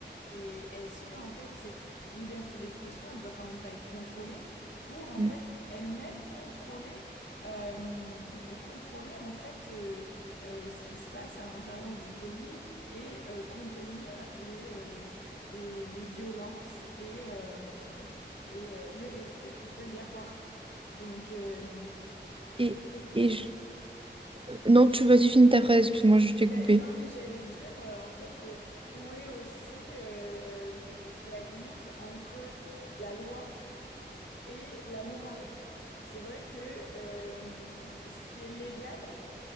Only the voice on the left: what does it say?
et est-ce que, en fait, cette liberté d'expression, elle doit quand même pas être contrôlée pour, en
fait, elle-même contrôler, euh, contrôler, en fait, euh, euh, ce qui se passe à l'intérieur du pays et euh, contenir les, euh, les, les violences et, euh, et euh, l'irrespect qu'il peut y avoir. Donc, euh,
euh,
oui.
Ben,
non, mais j'allais dire, euh, en fait, euh, où est aussi euh, la limite entre la loi et la morale? C'est vrai que euh, ce qui est légal